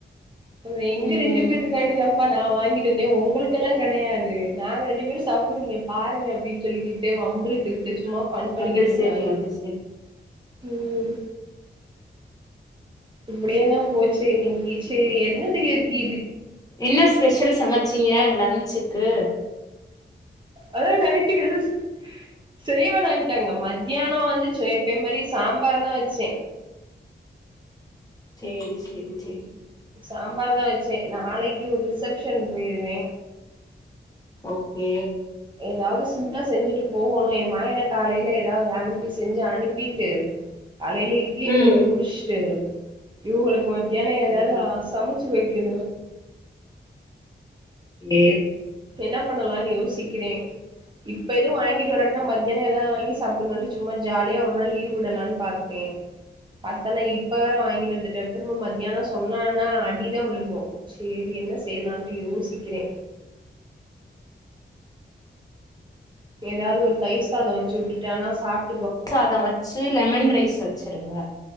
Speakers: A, on the right; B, on the left.
A: அவுங்க எங்க
B: ம்
A: ரெண்டு பேத்துக்கான்டிதம் பா நா வாங்கிட்டு வந்தே ஒங்களுக்கெல்லா கெடயாது நாங்க ரெண்டு பேரு‌ சாப்புடுவொ நீங்க பாருங்க அப்டின் சொல்லிகிட் டு வம்புலுத்துக்கிட்டு சும்மா ஃபன் பண்ணிக்கிட்ருந்தாங்க
B: அது சரி அது சரி
A: ம் இப்புடியே தா போச்சு இன்னக்கி சேரி என்னத்துக்கு கீ
B: என்ன ஸ்பெஷல் சமச்சீங்க லன்ச்சுக்கு?
A: அதா நைட்டுக்கு எதுவு செ செய்யவேனான்ட்டாங்க மத்யானொ வந்துச்ச எப்பயு மாரி சாம்பார் தா வச்சே
B: சேரி சேரி சேரி
A: சாம்பார் தா வச்சே நாளக்கி ஒரு ரிசப்ஷன் போயிருவே
B: ஓகே
A: எதாவுது சிம்பிளா செஞ்சுட்டு போகணு ஏ மயன காலைல எதாவு து அனுப்பி செஞ்சு அனுப்பிட்டு காலைல இட்லிய
B: ம்
A: போட்டு முடுச்ட்டு இவுங்களுக்கு மத்தியான எதாவுது
B: சரி
A: அ சமச்சு வைக்கணு
B: டே
A: என்ன பண்ணலான் யோசிக்கிறே இப்ப எதுவு வாங்கிட்டு வராட்னா மத்தியானொ எதாவுது வாங்கி சாப்டுங்கன்ட்டு சும்மா ஜாலியா ஒரு நாள் லீவ் விடலான் பாத்தே பாத்தனா இப்பதான வாங்கிட்டு வந்துட்ட திரும்ப மத்தியானொ சொன்னானா அடிதா விழுகு சேரி என்ன செய்யலான்ட்டு யோசிக்கிறே எதாவ்து ஒரு தயிர் சாதொ வச்சு விட்டுட்டேனா சாப்
B: தயிர் சாதொ வச்சு லெமன் ரைஸ் வச்சுருங்க